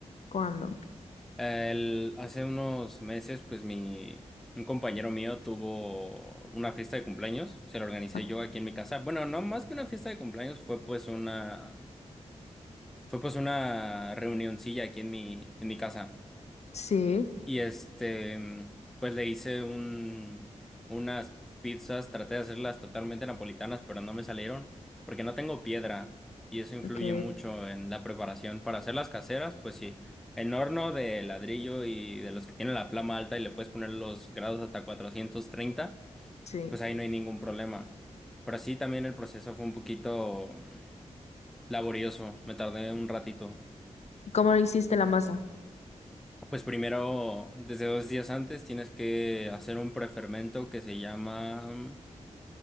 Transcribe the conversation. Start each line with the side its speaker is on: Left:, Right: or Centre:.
Left: ¿Cuándo?
Centre: El- hace unos meses, pues mi, un compañero mío tuvo una fiesta de cumpleaños, se la organicé
Left: O-
Centre: yo aquí en mi casa. Bueno, no más que una fiesta de cumpleaños, fue pues una, fue pues una reunioncilla aquí en mi, en mi casa.
Left: Sí,
Centre: Y este, mm, pues le hice un, unas pizzas, traté de hacerlas totalmente napolitanas, pero no me salieron porque no tengo piedra y eso influye
Left: ok,
Centre: mucho en la preparación. Para hacer las caseras, pues sí, en horno de ladrillo y de los que tienen la flama alta y le puedes poner los grados hasta cuatrocientos treinta
Left: sí.
Centre: pues ahí no hay ningún problema. Pero sí, también el proceso fue un poquito mm, laborioso, me tardé un ratito.
Left: ¿Cómo hiciste la masa?
Centre: Pues primero, desde dos días antes, tienes que hacer un prefermento que se llama...